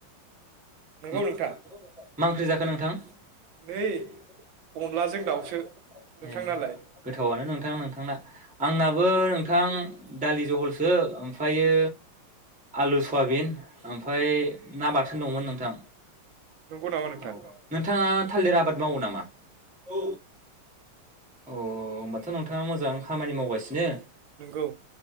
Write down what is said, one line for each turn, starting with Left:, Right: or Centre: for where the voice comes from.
Centre: <unintelligible>
Right: नंगौ नोंथां
Centre: मा ओंख्रि जाखो नोंथां अनला
Right: नै अनलाजों
Centre: जों दाउजों
Right: दाउसो नोंथांनालाय
Centre: नोंथानालायए गोथावनो नोंथां नोंथांना आंनाबो नोंथां दालि जहलसो ओमफ्रायो आलु सयाबिन ओमफ्राय ना बाथोन दंमोन नोंथां
Right: नंगौ नामा नोंथां
Centre: औ नोंथाङा थालिर आबाद मावो नामा औ औ मा नोंथाङा मोजां खामानि मावो सिनो
Right: नंगौ